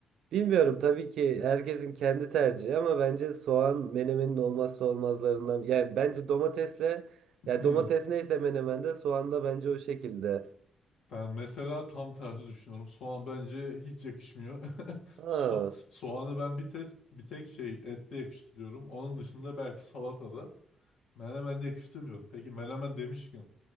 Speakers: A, on the right; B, on the left.
A: bilmiyorum tabii ki herkesin kendi tercihi ama bence soğan menemenin olmazsa olmazlarından. Yani bence domatesle ya
B: Hmm.
A: domates neyse menemende soğan da bence o şekilde.
B: Ben mesela tam tersi düşünüyorum. Soğan bence hiç yakışmıyor. <laughs>
A: Ha.
B: So- soğanı ben bir tek bir tek şey ette yakıştırıyorum. Onun dışında belki salatada. Menemen de yakıştırmıyorum. Peki menemen demişken